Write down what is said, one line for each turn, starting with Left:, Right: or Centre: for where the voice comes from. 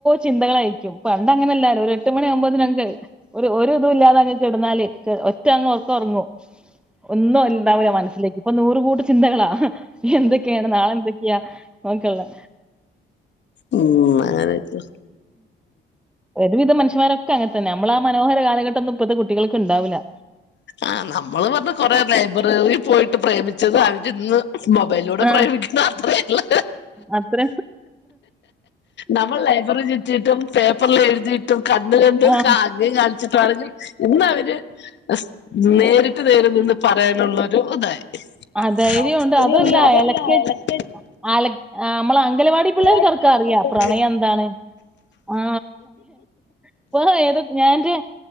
Centre: ചിന്തകളായിരിക്കും പണ്ട് അങ്ങനെല്ലാലും ഒരു എട്ട് മണി ആകുമ്പോ <unintelligible> ഒരു ഒരുതും ഇല്ലാതെ അങ്ങ് കെട്ന്നാല് ക്ക് ഒറ്റ അങ്ങ് ഒർക്കം ഒർങ്ങും ഒന്നും ഉണ്ടാവൂല്ല മനസ്സിലേക്ക് ഇപ്പൊ നൂറ് കൂട്ടം ചിന്തകളാ ഹ് എന്തൊക്കെയാണ് നാളെ എന്തൊക്ക്യാ ഓക്കേല്ലേ
Left: ഉം അങ്ങനെജ്
Centre: ഒരുവിധ മനുഷ്യന്മാരൊക്കെ അങ്ങൻത്തന്നെ നമ്മളാ മനോഹര കാലഘട്ട് ട്ടന്നും ഇപ്പത്തെ കുട്ടികൾക്ക് ഇണ്ടാവൂലാ
Left: ആഹ് നമ്മള് പർഞ്ഞാ കൊറെ ലൈബ്രറി റിയി പോയിട്ട് പ്രേമിച്ചതായി ഇന്ന് മൊബൈലിലൂടെ
Centre: ആ
Left: പ്രയോഗിക്കുന്നത് അത്രേള്ളൂ
Centre: അത്ര
Left: നമ്മൾ ലൈബ്രറി ചുറ്റീട്ടും പേപ്പ് പ്പറിൽ എഴുതീട്ടും കണ്ട് കണ്ട്
Centre: ആ
Left: <unintelligible> പറഞ്ഞു ഇന്നവര് <unintelligible> നേരിട്ട് നേരെ നിന്ന് പറയാനുള്ള ഒരു ഇതായി.
Centre: ആ ധൈര്യണ്ട്
Left: അങ്ങനെയുണ്ട്
Centre: അതുവല്ല
Left: അതല്ല
Centre: എലക്ക്
Left: ഇലക്ഷൻ
Centre: അലക് ആ മ്മള അംഗലവാടി പിള്ളേർക്കറക്ക
Left: ഒരുപാട് പിള്ളേർക്ക്
Centre: അറിയാ പ്രണയം
Left: അറിയാം
Centre: എന്താണ് ആ ഇപ്പോ ഏത് ഞാന്റെ